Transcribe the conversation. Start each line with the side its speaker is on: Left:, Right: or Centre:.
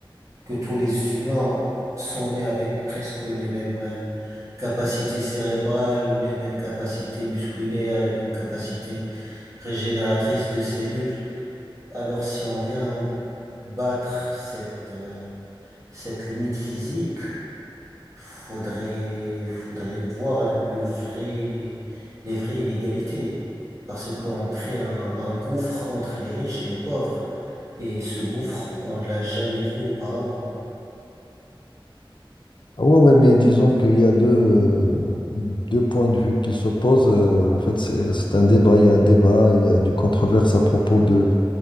Right: que tous les humains sont nés avec presque les mêmes capacités cérébrales, les mêmes capacités musculaires, les mêmes capacités régénératrices de cellules. Alors, si on vient battre cette, euh, cette limite physique, faudrait, faudrait voir le vrai, les vraies inégalités. Parce qu'on crée un, un gouffre entre les riches et les pauvres. Et ce gouffre, on ne l'a jamais vu auparavant.
Left: Ah Ouais, ouais, mais disons qu'il y a deux, euh, deux points de vue qui s'opposent. Euh, en fait, c'est c'est un débat, il y a un débat, il y a du controverse à propos de,